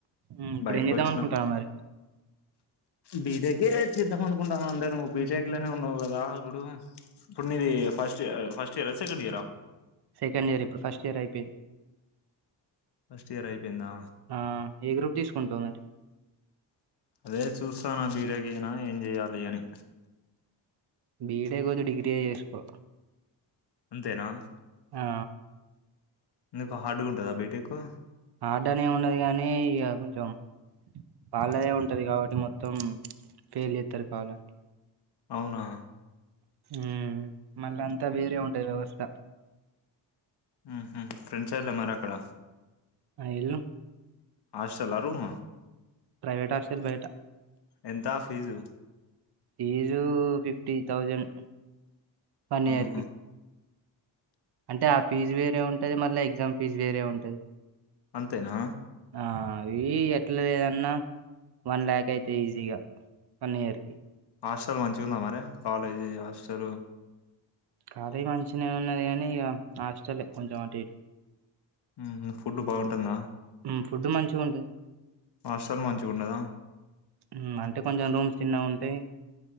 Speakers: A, on the right; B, on the left.
A: ఉమ్, ఇప్పుడు
B: బయటకు
A: ఏం చేద్దాం
B: వచ్చిన
A: అనుకుంటావు మరి
B: బీటేకే చేద్దామ అనుకుంటాను అంటే నువ్వు బీటెక్ లోనే ఉన్నావు కదా ఇప్పుడు ఇప్పుడు నీది ఫస్ట్ ఫస్ట్ ఇయరా సెకండ్ ఇయరా
A: సెకండ్ ఇయర్ ఇప్పుడు ఫస్ట్ ఇయర్ అయిపోయింది
B: ఫస్ట్ ఇయర్ అయిపోయిందా
A: ఆ ఏ గ్రూప్ తీసుకుంటావు మరి
B: అదే చూస్తున బిటెక్ చేయన ఏం చేయాలి అని
A: బిడే కొద్ది డిగ్రీ చేసుకో
B: అంతేనా
A: ఆ
B: ఎందుకు హార్డ్గా ఉంటందా బిటెకు
A: హార్డనే ఉండదు గానీ ఇక కొంచెం వాళ్లదే ఉంటది కాబట్టి మొత్తం ఫెయిల్ చేతరు కావాలని
B: అవునా
A: ఉ మళ్ళ అంతా వేరే ఉంటది వ్యవస్థ
B: ఉహు ఫ్రెండ్స్ అయిర మరి అక్కడ
A: ఎల్లు
B: హాస్టల రుమా
A: ప్రైవేట్ హాస్టల్ బయట
B: ఎంత fees
A: fees fifty thousand one
B: ఉహు
A: year కి అంటే ఆ ఫీజు వేరే ఉంటది మళ్ళీ ఎగ్జామ్ ఫీజు వేరే ఉంటది
B: అంతేనా
A: ఆ అవీ ఎట్ల లేదన్నా వన్ ల్యాక్ అయితే ఈజీగా వన్ ఇయర్ కి
B: హాస్టల్ మంచిగుందా మరి కాలేజీ హాస్టలు
A: కాలే మంచినే ఉన్నది గానీ ఇగ హాస్టల్ ఎ కొంచెం అటు ఇటు
B: మ్మ్ మ్ ఫుడ్ బావుంటుందా
A: ఉమ్, ఫుడ్ మంచిగుంటది
B: హాస్టల్ మంచిగుండదా
A: మ్మ్ అంటే కొంచెం రూమ్స్ చిన్నవుంటయ్